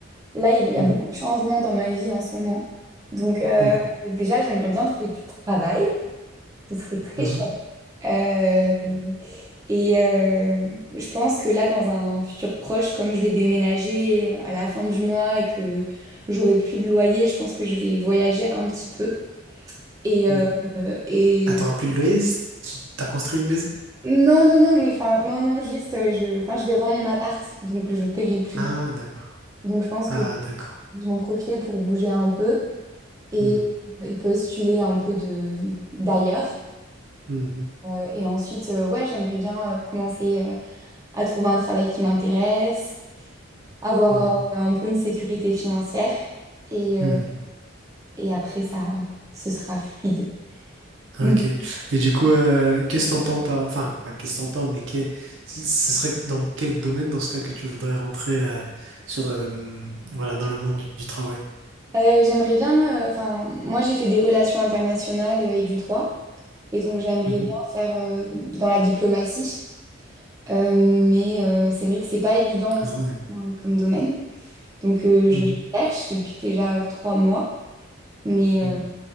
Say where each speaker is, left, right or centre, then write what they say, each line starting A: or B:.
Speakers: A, on the right; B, on the right.
A: là, il y a il y
B: Mhm,
A: a beaucoup de changements dans ma vie en ce moment. Donc, euh,
B: mhm,
A: déjà, j'aimerais bien trouver du travail. Ce serait très
B: mhm,
A: chouette. Euh, Et euh, je pense que là, dans un futur proche, comme je vais déménager euh, à la fin du mois et que j'aurai plus de loyer, je pense que je vais voyager un petit peu. Et,
B: mhm.
A: euh, et...
B: Ah, t'auras plus de loyer? c'est- tu- T'as construit une maison?
A: non, non, non, mais enfin, non, non, juste, euh, je, enfin, je vais rendre mon appart, donc je paierai plus
B: Ah,
A: de loyer.
B: d'accord.
A: Donc je pense
B: Ah,
A: que je
B: d'accord.
A: vais en profiter pour bouger un peu et,
B: Mhm,
A: et postuler un peu de d'ailleurs.
B: mhm,
A: Euh, et ensuite, euh, ouais, j'aimerais bien euh, commencer euh, à trouver un travail qui m'intéresse avoir
B: mhm,
A: euh, un peu une sécurité financière et, euh,
B: mhm.
A: et après ça ce sera fluide.
B: Ah,
A: Mm.
B: Ok. Et du coup, euh, qu'est-ce que t'entends par... Enfin, pas qu'est-ce que t'entends, mais que... ce ce serait dans quel domaine, dans ce cas, que tu voudrais rentrer euh, sur, euh, voilà, dans le monde du travail?
A: Euh, j'aimerais bien, euh, enfin moi j'ai fait des relations internationales euh, et du droit et donc j'aimerais
B: Mhm.
A: bien faire euh, dans la diplomatie Euh, mais euh, c'est vrai que c'est pas évident en
B: Ah
A: ce
B: ouais.
A: moment, euh, comme domaine donc euh,
B: Mhm.
A: je cherche depuis déjà euh, trois mois mais
B: Mhm.
A: euh,